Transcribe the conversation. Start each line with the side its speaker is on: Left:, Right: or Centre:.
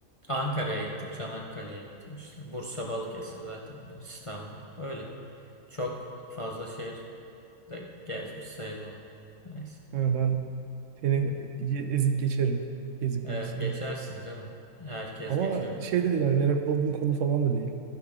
Left: Ankara'ya gittim. Çanakkale'ye gittim işte. Bursa, Balıkesir zaten bunlar. İstanbul. Öyle. Çok fazla şehir de gezmiş sayılmam. Neyse.
Right: Ha, ben seni
Left: Evet,
Right: ye- ezip geçerim gezi
Left: Evet,
Right: konusunda.
Left: geçersin canım. Herkes
Right: Ama
Left: geçebilir
Right: şey
Left: tabii.
Right: de değil, hani meraklı olduğum konu falan da değil.